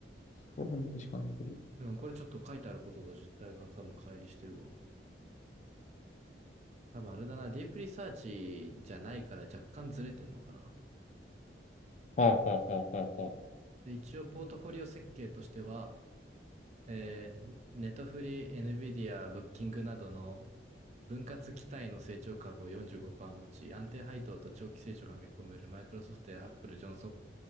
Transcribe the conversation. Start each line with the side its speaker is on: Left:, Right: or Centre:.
Left: こんなメキシコあんだけど。
Right: でもこれちょっと書いてあることと実態が多分乖離してるわ。多分あれだな、ディープリサーチじゃないから若干ずれてんのかな。
Left: ほうほうほうほうほ
Right: で、一応ポートフォリオ設計としては、えーネットフリー、NVIDIA、ブッキングなどの分割期待の成長株を45%持ち、安定配当と長期成長が見込めるマイクロソフトやアップル、ジョンソン